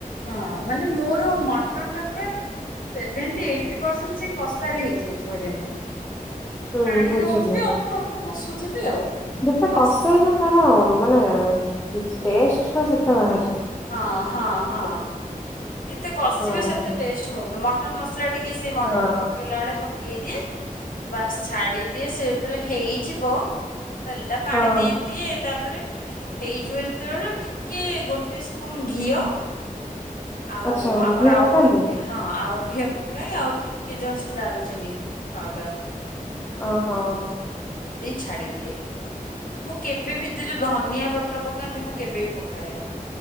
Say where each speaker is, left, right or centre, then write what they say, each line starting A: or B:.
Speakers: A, on the left; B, on the left.
A: ହଁ ମାନେ ମୋର ମଟନ୍ ଟା ପୁରା ସେଭେଟି ଏଇଟି ପରସେଣ୍ଟ ସେ କଷାରେ ହେଇଯାଇଥିବ ଯେମତି।
B: ହୁଁ
A: ପାଣି
B: ବୁଝିଲି
A: ଦଉଥିବେ ଅଳ୍ପ ଅଳ୍ପ <unintelligible>
B: ଯେତେ
A: କଷ
B: କଷ୍ଟ ହେଇଥିଲେ ତାର ମାନେ ଟେଷ୍ଟ ଟା ସେତେ ବା
A: ହଁ ହଁ ହଁ। ଯେତେ କସିବେ
B: ହଁ
A: ସେତେ ଟେଷ୍ଟ ଭଲ ମଟନ୍ ମସଲା ଟିକେ ସେ ମଟନ
B: ହଁ
A: ପକେଇଲା ବେଳେ ପ ପକେଇ ଦିଏ ବାସ୍ ଛାଡିଦିଏ ସେ ଯେତେବେଳେ ହେଇଯିବ। ଟୋଟାଲ ଟା
B: ହଁ।
A: ପାଣି ଦେଇଦିଏ ତାପରେ ହେଇଯିବ ଯେତେବେଳେ ଟିକେ ଗୋଟେ ସ୍ପୁନ ଘିଅ। ଆଉ
B: ଆଚ୍ଛା
A: ଆମର
B: ଘିଅ ପକାନ୍ତି
A: ଆଉ ଟିକେ ହଁ ଆଉ ଘିଅ ପକାଏ ଆଉ ଟିକେ ଜଷ୍ଟ ଡାଲଚିନି ପାଉଡର।
B: ଅ ହଁ।
A: ଛାଡ଼ି ଦିଏ। ମୁଁ କେବେ ବି ଧନିଆ ପତ୍ର ପ ପକାନ୍ତି ମୁଁ କେବେ ବି ପକାଏନି।